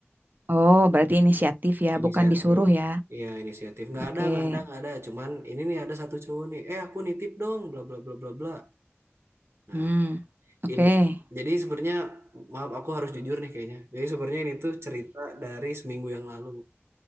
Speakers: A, on the right; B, on the right.
A: oh, berarti inisiatif ya,
B: Inisiatif.
A: bukan disuruh ya.
B: Iya, inisiatif. Nggak
A: Oke.
B: ada, nggak ada, nggak ada. Cuman ini nih ada satu cowok nih. Eh, aku nitip dong, bla bla bla bla bla. Nah,
A: Hmm. Oke.
B: ini jadi sebenarnya maaf aku harus jujur nih kayaknya. Jadi sebenarnya ini tuh cerita dari seminggu yang lalu.